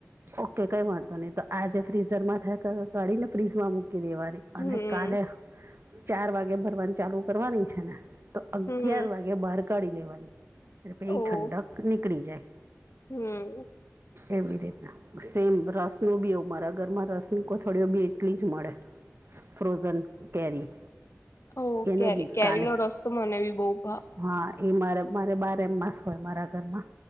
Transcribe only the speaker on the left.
હમ
હમ
ઓ
હમ
ઓ
કેરી
કેરી
નો રસ તો મને બી બહુ ભાવ